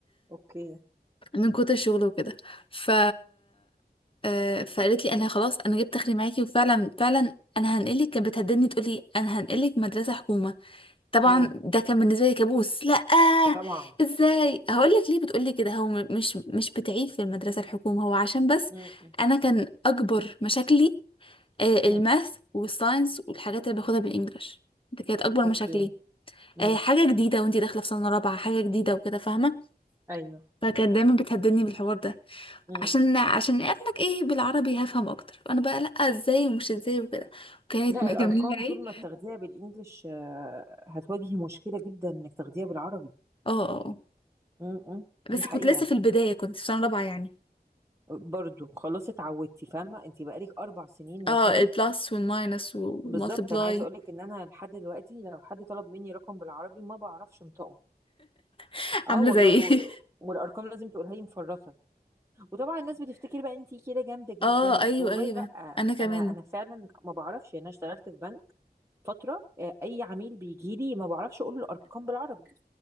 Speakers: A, on the right; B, on the left.
A: اوكي
B: من كتر الشغل وكده ف آه، فقالت لي انا خلاص انا جبت اخري معاكي وفعلا فعلا انا هنقلك كانت بتهددني تقول لي انا هنقلك مدرسه حكومه طبعا
A: مم.
B: ده كان بالنسبه لي كابوس لا
A: طبعا
B: ازاي هقول لك ليه بتقول لي كده هو م- مش مش بتعيب في المدرسه الحكومه هو عشان بس
A: مم.
B: انا كان اكبر مشاكلي آه،
A: مم.
B: الماث والساينس والحاجات اللي باخدها بالانجلش ده كانت اكبر
A: اوكي
B: مشاكلي
A: مم.
B: آه، حاجه جديده وانتي داخله في سنه رابعه حاجه جديده وكده فاهمه
A: ايوه
B: فكانت دايما بتهددني بالحوار ده
A: مم.
B: عشان عشان قال لك ايه بالعربي هفهم اكتر انا بقى لا ازاي ومش ازاي وكده وكانت
A: لا
B: مجمعه
A: الارقام طول
B: ايه
A: ما بتاخديها بالانجلش آه، هتواجهي مشكله جدا انك تاخديها بالعربي
B: اه آه، آه.
A: م- م.
B: بس
A: دي حقيقة
B: كنت لسه في البدايه كنت في سنه رابعه يعني
A: برضو خلاص اتعودتي فاهمة انت بقالك اربع سنين
B: اه
A: مثلا
B: البلس والماينس والمالتبلاي
A: بالظبط انا عايزة اقولك ان انا لحد دلوقتي لو حد طلب مني رقم بالعربي ما بعرفش انطقه
B: <laughs>
A: اه
B: عامله
A: والله
B: زي
A: و...
B: <laughs>
A: والارقام لازم تقولها لي مفرطة وطبعا الناس بتفتكر بقى انت كده جامدة جدا
B: اه
A: بس
B: ايوه
A: والله
B: ايوه
A: لا
B: انا كمان
A: انا انا فعلا ما بعرفش يعني انا اشتغلت في بنك فترة آه، اي عميل بيجي لي ما بعرفش اقول له الارقام بالعربي